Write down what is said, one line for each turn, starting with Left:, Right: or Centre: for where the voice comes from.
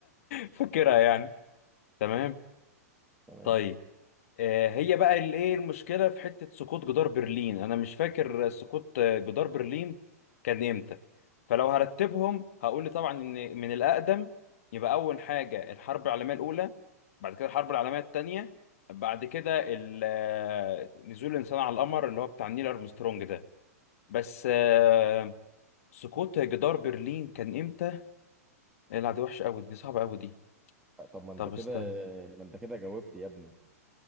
Left: <laughs> فاكرها يعني تمام
Centre: تمام
Left: طيب آه، هي بقى اللي ايه المشكله في حته سقوط جدار برلين انا مش فاكر سقوط آه، جدار برلين كان امتى فلو هرتبهم هقول طبعا ان من الاقدم يبقى اول حاجه الحرب العالميه الاولى بعد كده الحرب العالميه الثانيه بعد كده ال- آه، نزول الانسان على القمر اللي هو بتاع نيل ارمسترونج ده بس آه، سقوط جدار برلين كان امتى لا دي وحشه قوي دي صعبه قوي دي
Centre: طب ما انت
Left: طب
Centre: كده
Left: استنى
Centre: ما انت كده جاوبت يا ابني